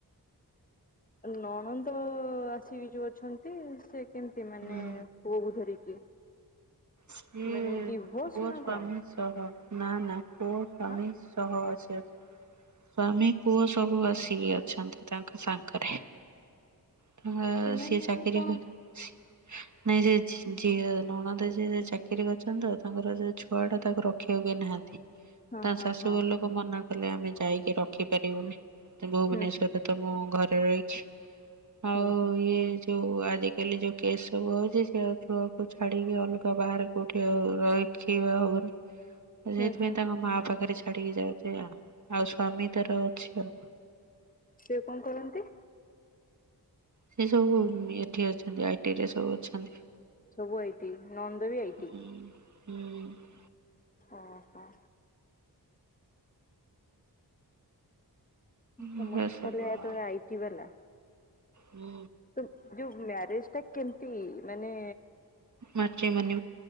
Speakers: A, on the left (about 20°); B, on the right (about 45°).
A: ନଣନ୍ଦ ଆସିକି ଯୋଉ ଅଛନ୍ତି ସେ କେମତି ମାନେ
B: ହୁଁ
A: ପୁଅକୁ ଧରିକି
B: ସିଏ
A: ମାନେ ଡିଭୋର୍ସ
B: ପୁଅ
A: ନା
B: ସ୍ୱାମୀ
A: କଣ?
B: ସହ ନା ନା ପୁଅ ସ୍ୱାମୀ
A: ହଁ
B: ସହ ଆସି ଅଛନ୍ତି ସ୍ଵାମୀ ପୁଅ ସବୁ ଆସିକି ଅଛନ୍ତି ତାଙ୍କ ସାଙ୍ଗରେ ତାଙ୍କ
A: ସେମାନେ
B: ସେ ଚାକିରି
A: କଣ?
B: କରିଛନ୍ତି, ନାଇଁ ସେ ଝିଅ ନଣନ୍ଦ ଯିଏ। ସେ ଯେ ଚାକିରୀ କରିଛନ୍ତି ତ ତାଙ୍କର ସେ ଛୁଆ ଟା ତାକୁ ରଖିବାକୁ କେ ନାହାନ୍ତି ତାଙ୍କ
A: ହଁ ହଁ
B: ଶାଶୁ
A: ହଁ
B: ଘର ଲୋକ ସବୁ ମନା କଲେ ଆମେ ଯାଇକି ରଖିପାରିବୁନି ଭୁବନେଶ୍ଵରରେ
A: ହୁଁ ହୁଁ
B: ତ ମୁଁ ଘରେ ରହିଛି ଆଉ
A: ହୁଁ ହୁଁ।
B: ଇଏ ଯୋଉ ଆଜିକାଲି ଯୋଉ କେସ୍ ସବୁ ହଉଛି ସେ ଆଉ ଛୁଆକୁ ଛାଡିକି ଅଲଗା ବାହାରେ କୋଉଠି ରହିବି ହବନି ସେଇଥିପାଇଁ
A: ହୁଁ ହୁଁ
B: ତାଙ୍କ
A: ହୁଁ
B: ମା
A: ହୁଁ
B: ପାଖରେ ଛାଡିକି ଯାଉଛି ଆ ଆଉ ସ୍ଵାମୀ ତାର ଅଛି ଆଉ।
A: ସିଏ କଣ କରନ୍ତି?
B: ସେ ସବୁ ଏଠି ଅଛନ୍ତି ଆଇଟି ରେ ସବୁ ଅଛନ୍ତି।
A: ସବୁ ଆଇଟି ନଣନ୍ଦ ବି ଆଇଟି।
B: ହୁଁ ହୁଁ।
A: ଓ ହୋ। ସମସ୍ତେ
B: ଏଇଆ ସବୁ
A: ତାହଲେ
B: ଆଉ।
A: ତୋର ଆଇଟି ବାଲା।
B: ହୁଁ।
A: ତ ଯୋଉ ମ୍ୟାରେଜ ଟା କେମ୍ତି ‌ହେଇ ମାନେ
B: ମାଟ୍ରିମୋନି।